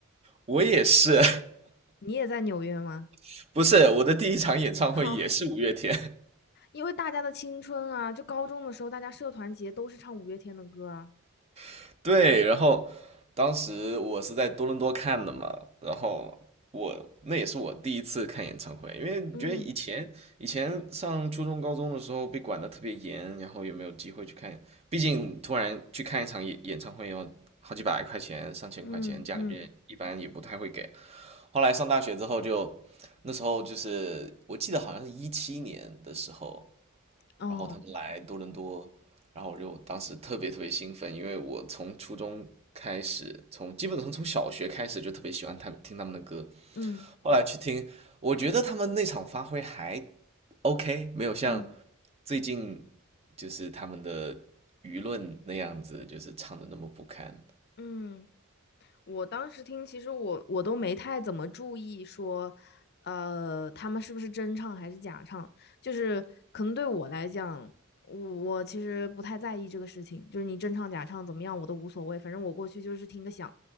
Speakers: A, on the right; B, on the left.
A: 我也是，
B: 你也在纽约吗？
A: <laughs> 不是我的第一场演唱会也是五月天，
B: <laughs> 哈，因为大家的青春啊，就高中的时候，大家社团节都是唱五月天的歌啊。
A: <laughs> 对，然后当时我是在多伦多看的嘛，然后我那也是我第一次看演唱会，因为觉得以前以前上初中高中的时候被管的特别严，
B: 嗯
A: 然后也没有机会去看，毕竟突然去看一场演演唱会要好几百块钱、上千块钱，
B: 嗯嗯，
A: 家里面一般也不太会给。后来上大学之后就，那时候就是我记得好像是一七年的时候，
B: 哦，
A: 然后他们来多伦多，然后我就当时特别特别兴奋，因为我从初中开始，从基本上从小学开始就特别喜欢他们听他们的歌，
B: 嗯
A: 后来去听，我觉得他们那场发挥还 OK，没有像
B: 嗯
A: 最近就是他们的舆论那样子，就是唱的那么不堪。
B: 嗯。我当时听，其实我我都没太怎么注意说，呃，他们是不是真唱还是假唱，就是可能对我来讲，我我其实不太在意这个事情，就是你真唱假唱怎么样我都无所谓，反正我过去就是听个响，